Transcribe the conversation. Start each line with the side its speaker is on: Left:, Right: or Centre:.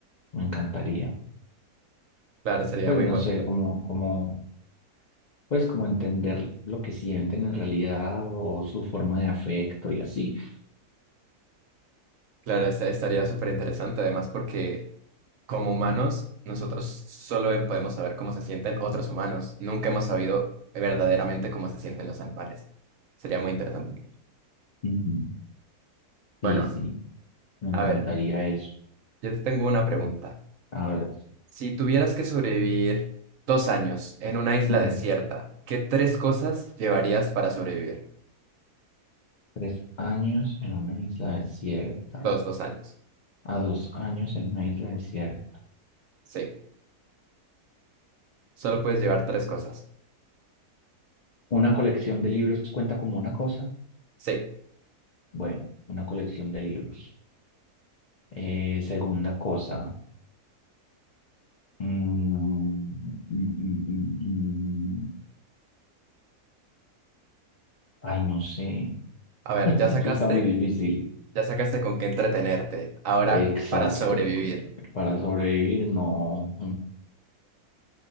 Left: me encantaría.
Right: claro, sería
Left: Pues
Right: muy
Left: no
Right: bonito.
Left: sé, como, como pues como entender lo que sienten en realidad o su forma de afecto y así.
Right: Claro, esta- estaría súper interesante además porque Como humanos, nosotros solo em- podemos saber cómo se sienten otros humanos. Nunca hemos sabido verdaderamente cómo se sienten los animales. Sería muy interesante.
Left: Ujú.
Right: Bueno,
Left: Sí, sí, me encantaría
Right: a ver,
Left: eso.
Right: yo te tengo una pregunta.
Left: A ver,
Right: Si tuvieras que sobrevivir dos años en una isla
Left: ujú.
Right: desierta, ¿qué tres cosas llevarías para sobrevivir?
Left: Tres años en una isla desierta,
Right: Dos, dos años.
Left: a dos años en una isla desierta.
Right: Sí, solo puedes llevar tres cosas.
Left: ¿Una colección de libros cuenta como una cosa?
Right: Sí,
Left: Bueno, una colección de libros. Eh, segunda cosa. mm, mm, mm, mm, mm. mm, Ay, no sé.
Right: a ver,
Left: <laughs>
Right: ya sacaste,
Left: Eso está muy difícil.
Right: ya sacaste con qué entretenerte. Ahora,
Left: Exacto.
Right: para sobrevivir.
Left: Para sobrevivir, no.